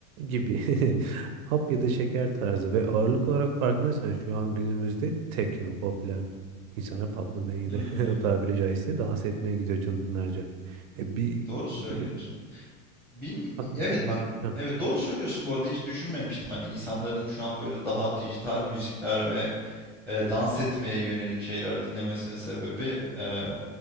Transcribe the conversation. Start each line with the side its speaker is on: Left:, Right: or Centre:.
Right: gibi. <laughs> Hap ya da şeker tarzı ve ağırlık olarak farkındaysan şu an günümüzde tekno popüler. İnsanlar patlamaya gidiyor.
Centre: Hmm,
Right: <laughs> O tabiri caizse dans etmeye gidiyor çılgınlarca. E bir
Centre: doğru söylüyorsun.
Right: 2090
Centre: Bim, evet
Right: 2000
Centre: bak.
Right: ha,
Centre: Evet doğru söylüyorsun bu arada hiç düşünmemiştim hani insanların şu an böyle daha dijital müzikler ve e, dans etmeye yönelik şeyler dinlemesinin sebebi e,